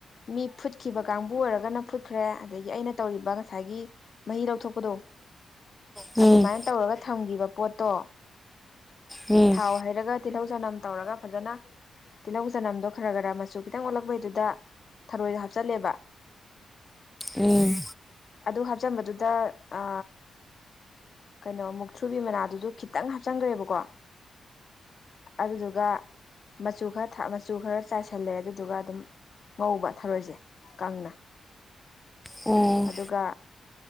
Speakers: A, on the left; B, in the centre.
A: ꯃꯤ ꯐꯨꯠꯈꯤꯕ ꯀꯥꯡꯕꯨ ꯑꯣꯏꯔꯒꯅ ꯐꯨꯠꯈ꯭ꯔꯦ ꯑꯗꯒꯤ ꯑꯩꯅ ꯇꯧꯔꯤꯕ ꯉꯁꯥꯏꯒꯤ ꯃꯍꯤ ꯂꯧꯊꯣꯛꯄꯗꯣ
B: ꯎꯝ
A: ꯑꯗꯨꯃꯥꯏꯅ ꯇꯧꯔꯒ ꯊꯝꯈꯤꯕ ꯄꯣꯠꯇꯣ
B: ꯎꯝ
A: ꯊꯥꯎ ꯍꯩꯔꯒ ꯇꯤꯜꯍꯧ ꯆꯅꯝ ꯇꯧꯔꯒ ꯐꯖꯅ ꯇꯤꯜꯍꯧ ꯆꯅꯝꯗꯣ ꯈꯔ -ꯈꯔ ꯃꯆꯨ ꯈꯤꯇꯪ ꯑꯣꯜꯂꯛꯄꯩꯗꯨꯗ ꯊꯔꯣꯏꯗꯣ ꯍꯥꯞꯆꯤꯜꯂꯦꯕ
B: ꯎꯝ
A: ꯑꯗꯨ ꯍꯥꯞꯆꯟꯕꯗꯨꯗ ꯑ ꯀꯩꯅꯣ ꯃꯨꯛ ꯊ꯭ꯔꯨꯕꯤ ꯃꯅꯥꯗꯨꯁꯨ ꯈꯤꯇꯪ ꯍꯥꯞꯆꯟꯈ꯭ꯔꯦꯕꯀꯣ ꯑꯗꯨꯗꯨꯒ ꯃꯆꯨ ꯈꯔ -ꯃꯆꯨ ꯈꯔ ꯆꯥꯏꯁꯜꯂꯦ ꯑꯗꯨꯗꯨꯒ ꯑꯗꯨꯝ ꯉꯧꯕ ꯊꯔꯣꯏꯁꯦ ꯀꯪꯅ
B: ꯑꯣ
A: ꯑꯗꯨꯒ